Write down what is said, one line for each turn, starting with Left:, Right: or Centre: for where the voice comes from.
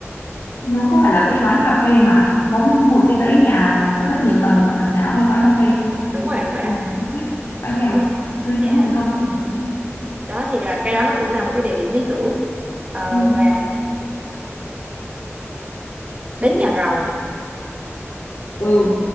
Left: nó có phải là cái quán cà phê mà có một cái dãy nhà mà rất nhiều tầng mà tầng nào cũng là quán cà phê không
Right: đúng rồi đúng rồi
Left: hay
Right: đó
Left: là những cái khác? à, nhà
Right: đúng rồi
Left: hơi
Right: dạ
Left: nóng hồng kông ấy nhỉ đúng không
Right: đó thì là cái đó nó cũng là một cái địa điểm lý tưởng Ờ,
Left: ừ
Right: và đến nhà rồng
Left: ừ